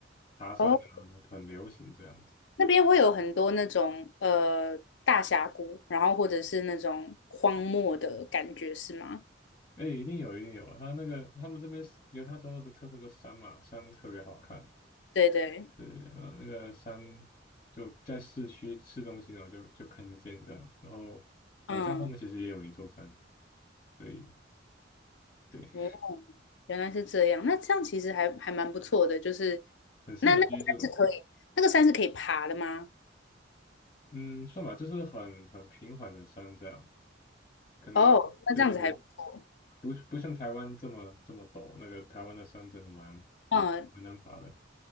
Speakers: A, on the left (about 30°); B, on the left (about 75°).
A: 爬山啊，
B: 哦，
A: 很流行这样子。
B: 那边会有很多那种呃大峡谷，然后或者是那种荒漠的感觉，是吗？
A: 哎，一定有，一定有。他那个他们这边有犹他州的特色就是山嘛，山特别好看。
B: 对对，
A: 对，呃，那个山就在市区市中心哦，就就看得见的。然后我家后面其实也有一座山，
B: 嗯，
A: 所以对。
B: 哦，原来是这样。那这样其实还还蛮不错的，就是
A: 很适合居住，
B: 那那个山是可以，那个山是可以爬的吗？
A: 嗯，算吧，就是很很平缓的山这样，可能对对对，
B: 哦，那这样子还不错。
A: 不不像台湾这么这么陡，那个台湾的山真的蛮
B: 嗯，
A: 蛮难爬的。